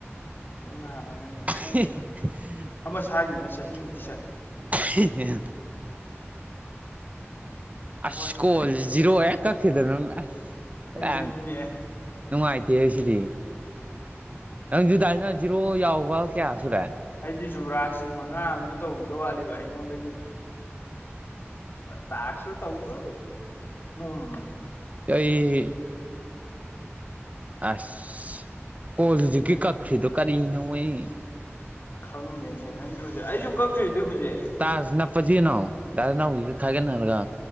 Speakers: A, on the right; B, on the left.
A: <unintelligible>
B: ꯅꯨꯡꯅ ꯍꯥꯡꯉꯒ ꯅꯪꯒꯤ ꯑꯃ ꯁꯥꯈꯤꯕꯗꯨꯅ
A: <unintelligible>
B: ꯆꯍꯤꯃꯨꯛꯇꯤ ꯆꯠꯅꯤ
A: ꯑꯁꯀꯣꯜ
B: ꯑꯩꯈꯣꯏ
A: ꯖꯤꯔꯣ ꯍꯦꯛ ꯀꯛꯈꯤꯗꯕꯅ ꯑꯁ ꯈꯔ
B: ꯑꯩꯁꯨꯅꯤꯅꯦ
A: ꯅꯨꯡꯉꯥꯏꯇꯦ ꯁꯤꯗꯤ ꯅꯪ ꯨꯇꯥꯁꯤꯅ ꯖꯤꯔꯣ ꯌꯥꯎꯕ ꯀꯌꯥ ꯁꯨꯔꯦ
B: ꯍꯥꯏꯗꯤ ꯖꯨꯕ꯭ꯔꯥꯁꯤ ꯃꯉꯥ ꯑꯃꯁꯝꯨ ꯇꯧꯕꯗ ꯋꯥꯠꯂꯤꯕ ꯑꯩꯉꯣꯟꯗꯒꯤ ꯇꯥꯥꯛꯁꯨ ꯇꯧꯗ ꯅ ꯎꯝ
A: ꯑꯩ ꯑꯁ ꯀꯣꯜ ꯍꯧꯖꯤꯛꯀꯤ ꯀꯈ꯭ꯔꯤꯗꯣ ꯀꯔꯤꯅꯣꯣꯏ
B: ꯈꯪꯗꯅꯦ ꯅꯪꯒꯤ ꯍꯧꯖꯤꯛ ꯑꯩꯁꯨ ꯀꯛꯈ꯭ꯔꯤꯗꯤ ꯍꯧꯖꯤꯛ
A: ꯇꯥꯖ ꯅꯞꯄꯁꯤꯅꯣ ꯗꯥ ꯅꯥꯎꯕꯤꯒ ꯈꯥꯏꯒꯠꯅꯔꯒ